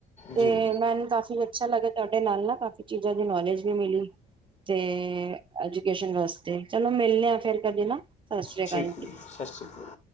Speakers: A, on the right; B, on the left.
A: ਤੇ
B: ਜੀ
A: ਮੈਨੂੰ ਕਾਫੀ ਅੱਛਾ ਲੱਗਿਆ ਤੁਹਾਡੇ ਨਾਲ ਨਾ ਕਾਫੀ ਚੀਜ਼ਾਂ ਚੀਜ਼ਾਂ ਦੀ ਨੌਲੇਜ ਵੀ ਮਿਲੀ। ਤੇ ਐਜੂਕੇਸ਼ਨ ਵਾਸਤੇ ਚਲੋ ਮਿਲਣੇ ਆ ਫਿਰ। ਕਦੇ ਨਾ ਸਤਿ ਸ੍ਰੀ
B: ਠੀਕ
A: ਅਕਾਲ
B: ਆ ਜੀ ਸਤਿ ਸ਼੍ਰੀ ਅਕਾਲ।